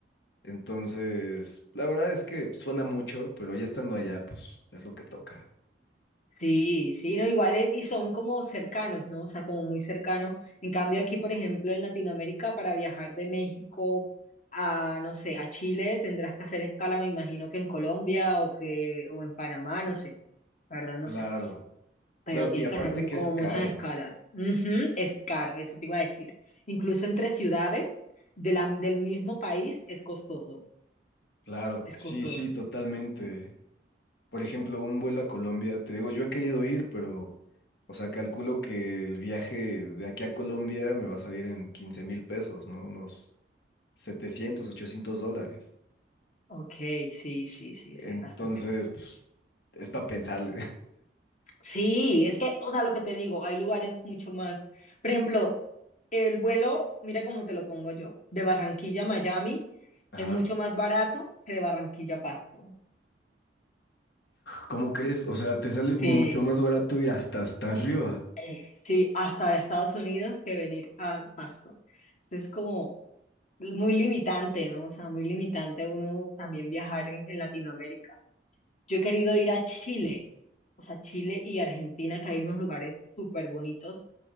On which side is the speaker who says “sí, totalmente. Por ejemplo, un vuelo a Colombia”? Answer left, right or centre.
Left